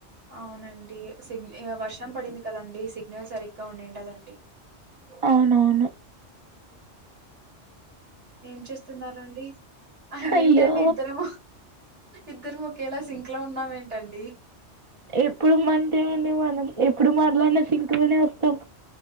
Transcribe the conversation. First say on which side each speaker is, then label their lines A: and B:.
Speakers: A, on the right (about 80°); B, on the right (about 45°).
A: అవునండీ సిగ్ ఇగ వర్షం పడింది కదండి సిగ్నల్ సరిగ్గా ఉండిండదండి.
B: అవునవును
A: ఏం చేస్తున్నారండి ఆహ
B: అయ్యో!
A: ఏంటండి ఇద్దరము ఇద్దరము ఒకేలా సింక్లో ఉన్నాం ఏంటండీ.
B: ఎప్పుడు మన్తే అండి మనం ఎప్పుడు మాట్లాడినా సింక్లోనే వస్తాం.